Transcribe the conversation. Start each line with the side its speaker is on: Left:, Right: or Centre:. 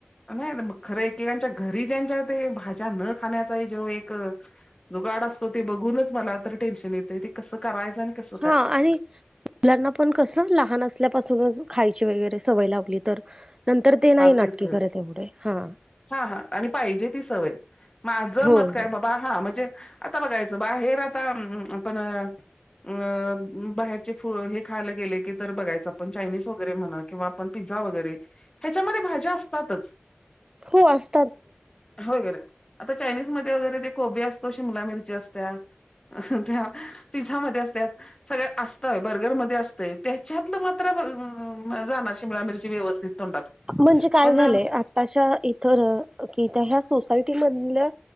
Left: नाही न मग खरय ते घरी ज्यांच्या भाज्या न खाण्याचा जो एक जुगाड असतो ते बघूनच मला तर टेन्शन येते ते कसं करायचं आणि कस
Right: हा, आणि मुलांना पण कसं लहान असल्यापासूनच खायची वगैरे सवय लावली तर. नंतर ते नाही
Left: तेच
Right: नाटके
Left: ग
Right: करत एवढे, हा.
Left: ह हा, आणि पाहिजे ती सवय माझं
Right: हो
Left: मत काय
Right: हो
Left: <unintelligible> हा- हा म्हणजे, आता बघायचं बाहेर आता आपण अ बाहेरचे फुळ हे खायला गेले की तर बघायच आपण चायनीज वगैरे म्हणा किंवा आपण पिझ्झा वगैरे ह्याच्यामध्ये भाज्या असतातच.
Right: हो अस
Left: होय कर. आता चायनीज मध्ये वगैरे ते कोबी असतो. शिमला मिरची असत्या. हा त्या पिझ्झा मध्ये असत्यात सगळ असत. बर्गरमध्ये असतंय त्याच्यातलं मात्र जाणार शिमला मिरची व्यवस्थित तोंडात.
Right: म्हणजे काय
Left: पण
Right: झालंय. आत्ताच्या इथ र् कि त्या ह्या सोसायटी मधल्या